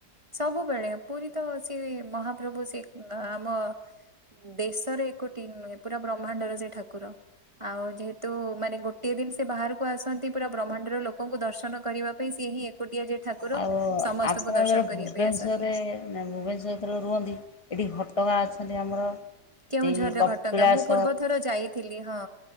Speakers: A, on the right; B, on the left.
A: ସବୁବେଳେ ପୁରୀ ତ ସେ ମହାପ୍ରଭୁ ସେ ଆମ ଦେଶରେ ଏକୋଟି ନୁହେଁ ପୁରା ବ୍ରହ୍ମାଣ୍ଡର ସେ ଠାକୁର ଆଉ ଯେହେତୁ ମାନେ ଗୋ ଗୋଟିଏ ଦିନ ସେ ବାହାରକୁ ଆସନ୍ତି ପୁରା ବ୍ରହ୍ମାଣ୍ଡର ଲୋକଙ୍କୁ ଦର୍ଶନ କରିବା ପାଇଁ ସିଏ ହିଁ କୋଟିଏ ଜେ ଠାକୁର
B: ଆଉ
A: ସମସ୍ତଙ୍କୁ
B: ଆପଣ ଯେତେବେଳେ
A: ଦର୍ଶନ
B: ଭୁବନେଶ୍ୱରରେ
A: କରିବା ପାଇଁ ଆସନ୍ତି।
B: ନା ଭୁବନେଶଶ୍ୱର ଯେତେବେଳେ ରୁହନ୍ତି ଏଠି ଘଟଗାଁ ଅଛନ୍ତି ଆମର
A: କେଉଁଝରରେ
B: ଏଠି କପିଳାସ
A: ଘଟଗାଁ ମୁଁ ପୂର୍ବ ଥର ଯାଇଥିଲି ହଁ